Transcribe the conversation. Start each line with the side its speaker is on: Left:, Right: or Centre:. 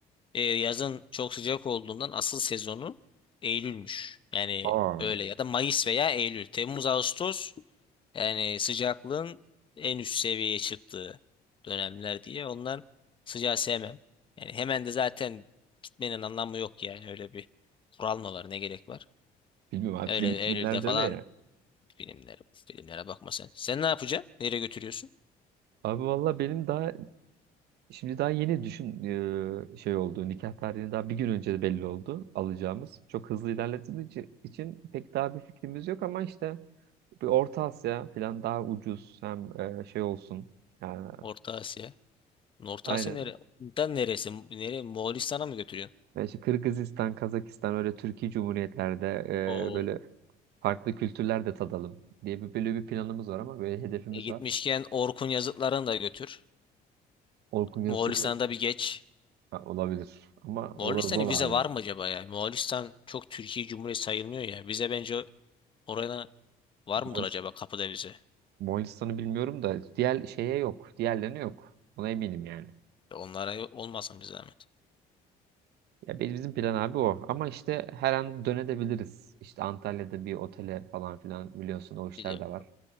Left: e, yazın çok sıcak olduğundan asıl sezonu Eylül'müş. Yani
Right: Aa.
Left: öyle ya da Mayıs veya Eylül. Temmuz, Ağustos yani sıcaklığın en üst seviyeye çıktığı dönemler diye ondan sıcağı sevmem. Yani hemen de zaten gitmenin anlamı yok yani öyle bir kural mı var ne gerek var?
Right: Bilmiyorum abi
Left: Öyle
Right: film filmlerde
Left: Eylül'de falan
Right: öyle ya.
Left: filmlere, filmlere bakma sen. Sen ne yapacaksın? Nereye götürüyorsun?
Right: Abi valla benim daha şimdi daha yeni düşün e, şey oldu. Nikah tarihini daha bir gün önce de belli oldu alacağımız. Çok hızlı ilerlediğimiz için, için pek daha bir fikrimiz yok ama işte bir Orta Asya falan daha ucuz hem e, şey olsun. Yani,
Left: Orta Asya. Orta
Right: aynen.
Left: Asya nere? Da neresi? Nereye? Moğolistan'a mı götürüyorsun?
Right: Yani işte Kırgızistan, Kazakistan öyle Türkiye Cumhuriyetlerde
Left: O
Right: e, böyle farklı kültürler de tadalım diye bir böyle bir planımız var ama böyle hedefimiz
Left: E gitmişken
Right: var.
Left: Orkun yazıtlarını da götür.
Right: Orkun yazıları
Left: Moğolistan'da bir geç.
Right: ha, olabilir ama
Left: Moğolistan'a
Right: orası zor
Left: vize
Right: abi.
Left: var mı acaba ya? Moğolistan çok Türkiye Cumhuriyeti sayılmıyor ya. Vize bence oraya var mıdır
Right: Moğolis-
Left: acaba kapıda vize?
Right: Moğolistan'ı bilmiyorum da diğer şeye yok. Diğerlerine yok. Buna eminim yani.
Left: Ya Onlara olmasın bir zahmet.
Right: Ya benim- bizim plan abi o. Ama işte her an dönebiliriz. İşte Antalya'da bir otele falan filan biliyorsun o işler
Left: Bir de
Right: de var.